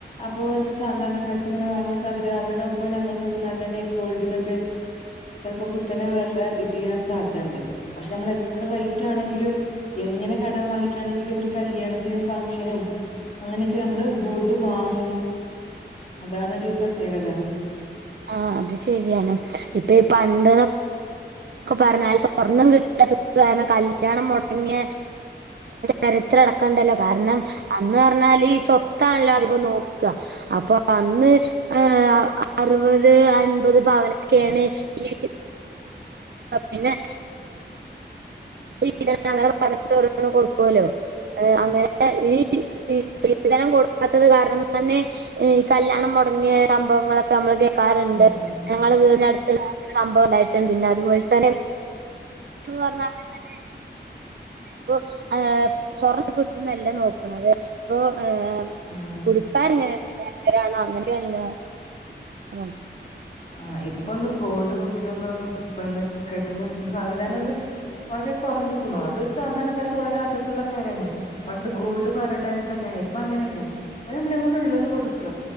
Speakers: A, on the left; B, on the right.
A: അപ്പോൊന്ന് സാധാരണക്കാർക്ക്ൊ വാങ്ങാൻ സാധിക്ക അവരുടെ ഒപ്പം നമ്മൾ നിങ്ങാൽ തന്നെ ഗോൾഡിനോക്കെ ചിലപ്പോ കുത്തനെ വെല്ല ഇടിയാൻ സാധ്യുണ്ട് പക്ഷെ നമ്മൾ എത്ര റേറ്റ് ആണെങ്കിലും ഇങ്ങനെ കടം വാങ്ങിട്ടാണെങ്കിലും ഒരു കല്യാണത്തിനും ഫംഗഷനും അങ്ങനെയൊക്കെ നമ്മള് ഗോൾഡ് വാങ്ങും അതാണ്ൊരു പ്രത്യേകത
B: ആഹ അത് ശരിയാണ് ഇപ്പൊ ഈ പണ്ടെന്ന െ പറഞ്ഞ സ്വർണം കിട്ടാത്ത കാരണം കല്യാണം മുടങ്ങിയ ചരിത്ര ണ്ടല്ലോ കാരണം അന്ന് പറഞ്ഞാൽ സ്വത്താണല്ലോ അധികം നോക്ക അ അ ഏ അറുപത് അൻപത് ഭവനൊക്കെയാണ് ഈ പിന്നെ സ്ത്രീക അങ്ങനെ പറഞ്ഞിട്ട് ഓരോന്നും കൊടുക്കുവല്ലോ അങ്ങനെ ഈ സ്ത്രീ സ്ത്രീധനം കൊടുക്കാത്തത് കാരണം തന്നെ കല്യാണം മുടങ്ങിയ സംഭവങ്ങളൊക്കെ നമ്മൾ ക്കാരുണ്ട്
A: ഉം
B: ഞങ്ങള് വീടിനടുത്ത് സംഭവം ഉണ്ടായിട്ടുണ്ട് പിന്നെ അതുപോലെ തന്നെ പറഞ്ഞാൽ അങ്ങനെ തന്നെ ആണ് ഇപ്പോ സ്വർണം കിട്ടുന്നതല്ല നോക്കുന്നത് ഏ
A: ഉം
B: കുടിക്കാർങ്ങനെയല്ലരാണോ അങ്ങനണല്ലോ അ നോക്ക്ണ്.
A: ആഹ് ഇപ്പൊന്നും ഗോൾഡ് നോക്കീട്ടൊന്നും പെണ്ണ് കെട്ടല് സംവിധാനം ഒന്ന് വളരെ കൊറഞ്ഞ്ക്കുണു അതൊരു സാധാരണക്കാര്ക്ക് വളരെ ആശ്വാസള്ള കാര്യാണ് പണ്ട് ഗോൾഡ് പർഞ്ഞ്ട്ടാണ് കല്യാണയ് ഇപ്പ അങ്ങനെ ല്ല്യ അത് നമ്മളെ കൊണ്ട്ള്ളത് കൊടുക്ക